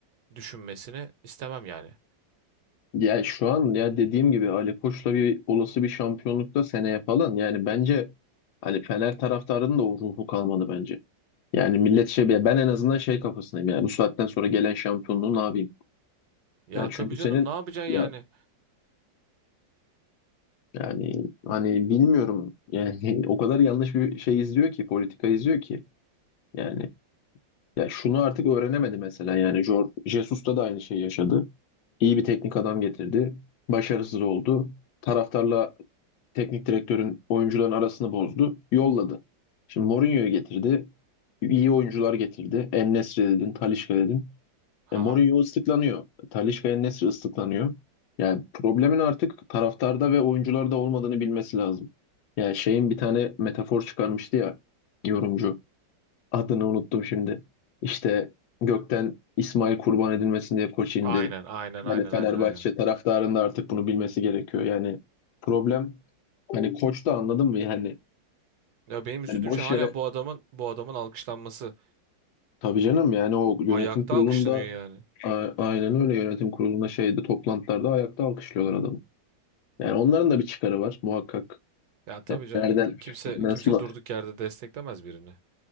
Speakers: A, on the right; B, on the left.
A: düşünmesini istemem yani.
B: Ya şu an ya dediğim gibi Ali Koç'la bir olası bir şampiyonlukta seneye falan yani bence hani Fener taraftarının da o ruhu kalmadı bence. Yani millet şey ben en azından şey kafasındayım yani bu saatten sonra gelen şampiyonluğu ne yapayım?
A: Ya
B: Yani
A: tabii
B: çünkü senin
A: canım ne yapacaksın
B: ya
A: yani?
B: Yani hani bilmiyorum yani <laughs> o kadar yanlış bir şey izliyor ki politika izliyor ki yani ya şunu artık öğrenemedi mesela yani Jor- Jesus'ta da aynı şeyi yaşadı. İyi bir teknik adam getirdi. Başarısız oldu. Taraftarla teknik direktörün oyuncuların arasını bozdu. Yolladı. Şimdi Mourinho'yu getirdi. İyi oyuncular getirdi. En-Nesyri dedin, Talisca dedin.
A: Haha.
B: E, Mourinho ıslıklanıyor. Talisca En-Nesyri ıslıklanıyor. Yani problemin artık taraftarda ve oyuncularda olmadığını bilmesi lazım. Yani şeyin bir tane metafor çıkarmıştı ya yorumcu. Adını unuttum şimdi. İşte gökten İsmail kurban edilmesin diye koç indi.
A: Aynen aynen aynen
B: Hani Fenerbahçe
A: aynen aynen.
B: taraftarının da artık bunu bilmesi gerekiyor. Yani problem hani koç da anladın mı? Yani,
A: Ya benim üzüldüğüm
B: hani boş
A: şey hala
B: yere
A: bu adamın bu adamın alkışlanması.
B: Tabii canım yani o yönetim
A: Ayakta
B: kurulunda
A: alkışlanıyor yani.
B: a- aynen öyle yönetim kurulunda şeyde toplantılarda ayakta alkışlıyorlar adamı. Yani onların da bir çıkarı var muhakkak.
A: Ya tabii
B: Yani
A: canım.
B: nereden
A: Kimse
B: nasıl?
A: kimse durduk yerde desteklemez birini.